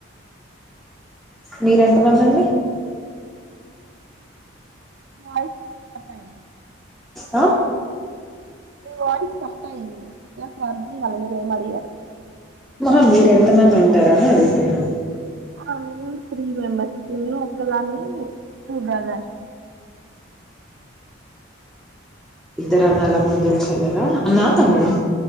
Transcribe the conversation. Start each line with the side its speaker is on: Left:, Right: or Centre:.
Centre: మీర ఎంతమందండి.
Right: మాయ్ ఒక్కటైంది.
Centre: ఆ
Right: మీ వాయిస్ కట్ట అయింది నాకు అర్థం కాలె మీరేం అడిగారో.
Centre: ఆహా మీరెంతమంది ఉంటారని అడుగుతున్నా.
Right: ఆ మేము త్రీ మెంబెర్స్ నేను ఒక్కదాన్ని టూ బ్రదర్.
Centre: ఇద్దర అన్నల ముద్దుల చెల్లలా అన్నా తముడా